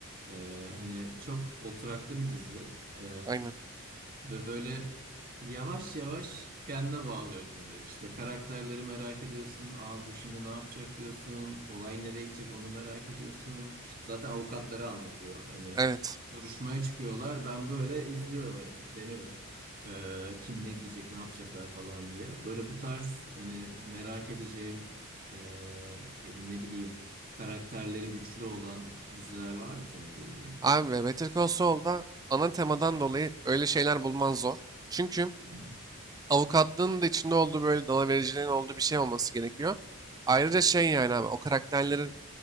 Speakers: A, on the right; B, on the right.
A: E, hani çok oturaklı bir dizi. E,
B: Aynen.
A: ve böyle yavaş yavaş kendine bağlıyor dizi. İşte karakterleri merak ediyorsun. Aa bu şimdi ne yapacak diyorsun. Olay nereye gidecek onu merak ediyorsun. İşte zaten avukatları anlatıyor. Hani
B: Evet.
A: duruşmaya çıkıyorlar. Ben böyle izliyorum hani kitleniyorum. Ee, kim ne diyecek, ne yapacaklar falan diye. Böyle bu tarz hani merak edeceğim ee, ya da ne bileyim karakterleri güçlü olan diziler var mı senin bildiğin?
B: Abi Better Call Saul'da ana temadan dolayı öyle şeyler bulman zor. Çünkü
A: Hı
B: avukatlığın da içinde olduğu böyle dalavericiliğin olduğu bir şey olması gerekiyor. Ayrıca şey yani abi o karakterlerin